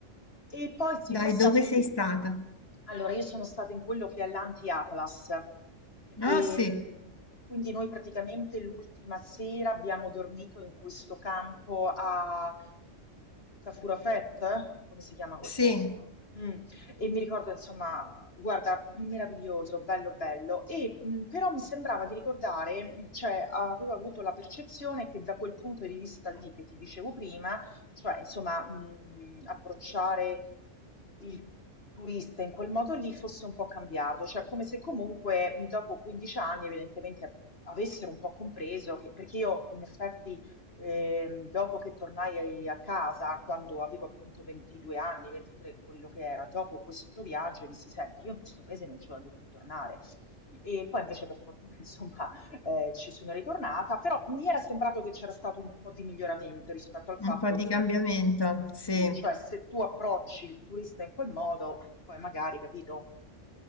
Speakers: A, on the left; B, on the left.
A: E poi sì,
B: Dai,
A: passammo
B: dove sei
A: lì.
B: stata?
A: Allora, io sono stata in quello che è l'anti-Atlas. E,
B: Ah, sì,
A: mh, quindi noi praticamente l'ultima sera abbiamo dormito in questo campo a Tafurafet, come si chiama quel
B: sì,
A: posto? Mm. E mi ricordo, insomma, guarda, meraviglioso, bello, bello. E mh, però mi sembrava di ricordare, mh, cioè avevo avuto la percezione che da quel punto di vista lì che ti dicevo prima, cioè, insomma, mhmm, approcciare il turista in quel modo lì fosse un po' cambiato, cioè come se comunque, mhmm, dopo 15 anni evidentemente av avessero un po' compreso che perché io in effetti, ehm, dopo che tornai ai- a casa, quando avevo appunto 22 anni, 23, quello che era, dopo questo viaggio dissi: "Senti, io in questo paese non ci voglio più tornare". E poi invece per fortuna <laughs> insomma eh, ci sono ritornata, però mi era sembrato che c'era stato un po' di miglioramento rispetto al fatto
B: un po' di
A: che
B: cambiamento, sì.
A: sì, cioè se tu approcci il turista in quel modo, poi magari, capito,